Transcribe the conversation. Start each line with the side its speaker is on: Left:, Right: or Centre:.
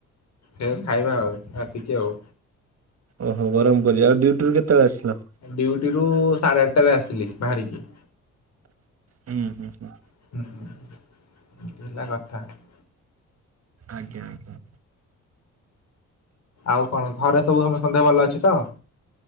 Left: ଫେର ଖାଇବା ଆଉ ରାତିକି ଆଉ।
Right: ଓହୋ ଗରମ କରିବା ଆଉ ଡ୍ୟୁଟିରୁୁ କେତେବେଳେ ଆସିଲ?
Left: ଡ୍ୟୁଟି ରୁ ସାଢେ ଆଠଟାରେ ଆସିଲି ବାହାରିକି।
Right: ହୁଁ ହୁଁ ହୁଁ।
Left: ହୁଁ ସେଟା କଥା।
Right: ଆଜ୍ଞା ଆଜ୍ଞା।
Left: ଆଉ କଣ ଘରେ ସବୁ ସମ ସନ୍ଦେ ଭଲ ଅଛି ତ?